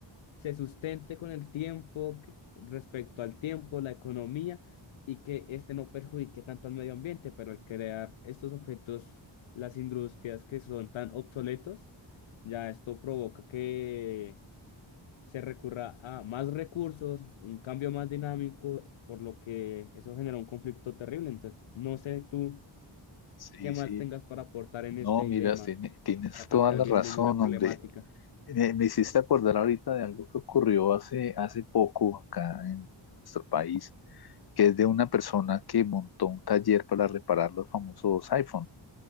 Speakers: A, on the left; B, on the left.
A: se sustente con el tiempo, que- respecto al tiempo, la economía, y que este no perjudique tanto al medio ambiente, pero al crear estos objetos, las industrias que son tan obsoletos, ya esto provoca que se recurra a más recursos, un cambio más dinámico, por lo que eso genera un conflicto terrible. Entonces, no sé tú
B: sí,
A: qué más
B: sí,
A: tengas para aportar en
B: No,
A: este dilema,
B: mira, tiene- tienes
A: para
B: toda
A: plantear
B: la
A: bien
B: razón,
A: la problemática,
B: hombre. Me, me hiciste acordar ahorita de algo que ocurrió hace, hace poco acá en nuestro país, que es de una persona que montó un taller para reparar los famosos iPhone.